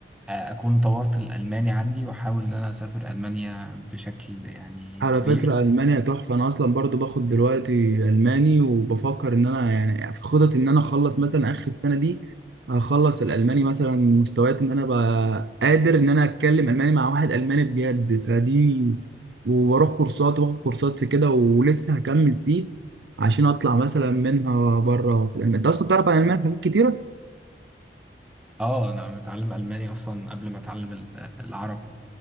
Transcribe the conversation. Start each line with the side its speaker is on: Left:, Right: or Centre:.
Centre: آه، اكون طورت الالماني عندي واحاول ان انا اسافر المانيا بشكل يعني
Right: على
Centre: كبير
Right: فكرة ألمانيا تحفة أنا أصلا برضو باخد دلوقتي ألماني وبفكر إن أنا يعني في خطط إن أنا أخلص مثلا آخر السنة دي هخلص الألماني مثلا مستويات إن أنا أبقى قادر إن أنا أتكلم ألماني مع واحد ألماني بجد فدي وبروح كورسات وباخد كورسات في كده ولسه هكمل فيه عشان أطلع مثلا منها بره في ألمانيا أنت أصلا بتعرف عن ألمانيا حاجات كتيرة؟
Centre: اه انا متعلم الماني اصلا قبل ما اتعلم ال- العربي